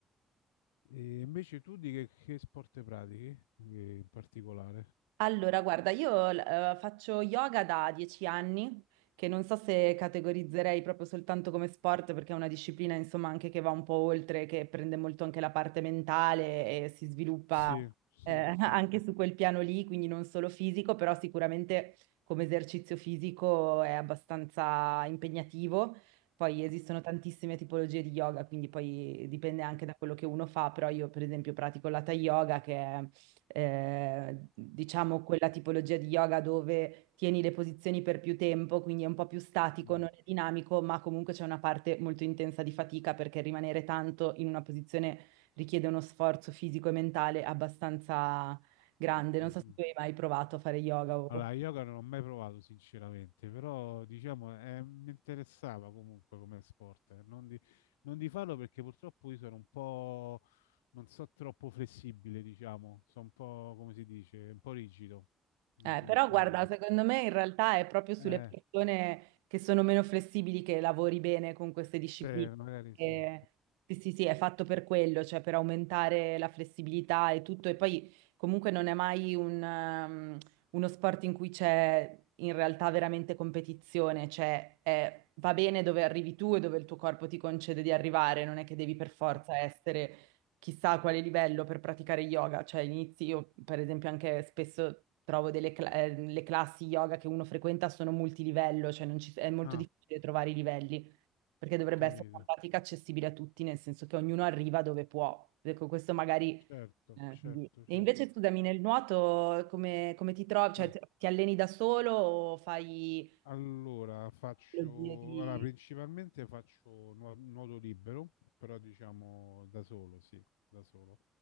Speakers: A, on the left; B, on the right.
A: E invece tu di che, che sport pratichi eh, in particolare?
B: Allora, guarda, io eh, faccio yoga da dieci anni, che non so se categorizzerei proprio soltanto come sport, perché è una disciplina, insomma, anche che va un po' oltre, che prende molto anche la parte mentale e si sviluppa
A: Sì, sì,
B: eh,
A: sì,
B: <laughs> anche
A: sì.
B: su quel piano lì, quindi non solo fisico, però sicuramente come esercizio fisico è abbastanza impegnativo. Poi esistono tantissime tipologie di yoga, quindi poi dipende anche da quello che uno fa, però io per esempio pratico l'hatha yoga, che è eh, diciamo quella tipologia di yoga dove tieni le posizioni per più tempo, quindi è un po' più statico,
A: Mhm,
B: non è dinamico, ma comunque c'è una parte molto intensa di fatica perché rimanere tanto in una posizione richiede uno sforzo fisico e mentale abbastanza grande.
A: mhm,
B: Non
A: mhm.
B: so se tu hai mai provato a fare yoga o...
A: Allora, yoga non l'ho mai provato sinceramente, però diciamo eh, mi interessava comunque come sport. eh. Non di, non di farlo perché purtroppo io sono un po', non so, troppo flessibile, diciamo, sono un po', come si dice, un po' rigido di,
B: Eh,
A: di
B: però
A: muscolatura.
B: guarda, secondo me in realtà è proprio sulle
A: Eh,
B: persone che sono meno flessibili che lavori bene con queste discipline.
A: se magari
B: E-
A: sì. Eh,
B: sì, sì, sì, è fatto per quello, cioè per aumentare la flessibilità e tutto. E poi comunque non è mai un, um, uno sport in cui c'è in realtà veramente competizione, cioè è- va bene dove arrivi tu e dove il tuo corpo ti concede di arrivare, non è che devi per forza
A: mhm.
B: essere chissà a quale livello per praticare yoga, cioè inizi io per esempio anche spesso trovo delle cla- eh, le classi yoga che uno frequenta sono multilivello, cioè non ci- è molto
A: Ah,
B: difficile trovare i livelli, perché dovrebbe
A: capito.
B: essere una pratica accessibile a tutti, nel senso che ognuno arriva dove può. Ecco, questo magari...
A: Certo,
B: eh,
A: certo,
B: così. E
A: certo.
B: invece scusami, nel nuoto come, come ti trovi?
A: Sì.
B: Cioè ti ti alleni da solo o fai...
A: Allora, faccio,
B: tecnologie di...
A: allora, principalmente faccio nuo- nuoto libero, però diciamo da solo, sì, da solo.